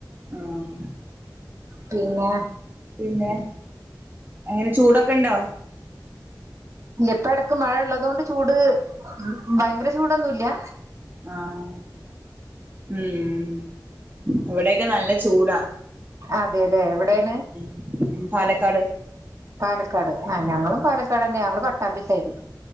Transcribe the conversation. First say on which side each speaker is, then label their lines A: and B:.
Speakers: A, on the right (about 25°); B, on the right (about 45°).
A: ആഹ്
B: പിന്നെ
A: പിന്നെ, എങ്ങനെ ചൂടൊക്കെണ്ടോ?
B: ഇല്ല ഇപ്പ എടക്ക് മഴയുള്ളത് കൊണ്ട് ചൂട് ഭയങ്കര ചൂടൊന്നുംഇല്ല്യ
A: ആഹ്, ഉം ഇവിടേക്കെ നല്ല ചൂടാ
B: അതേലേ എവിടേണ്?
A: !!!!!!!!!
B: !!!!!!! ആഹ്, ഞങ്ങളും! !!!!!! ഞങ്ങള്! !!!!!! സൈഡ്